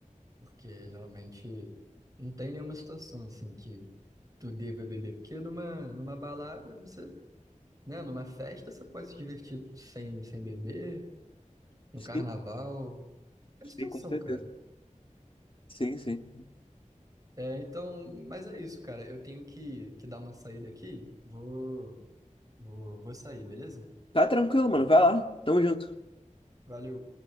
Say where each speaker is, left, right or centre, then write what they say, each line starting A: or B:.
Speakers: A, on the right; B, on the left.
A: Porque realmente não tem nenhuma situação assim que tu deva beber. Porque numa, numa balada, você, né? Numa festa, você pode se divertir sem, sem beber, no
B: Sim,
A: carnaval. É
B: sim,
A: situação,
B: com certeza.
A: cara.
B: Sim, sim.
A: É, então, mas é isso, cara. Eu tenho que, que dar uma saída aqui. Vou, vou, vou sair, beleza?
B: Tá tranquilo, mano. Vai lá. Tamo junto.
A: Valeu.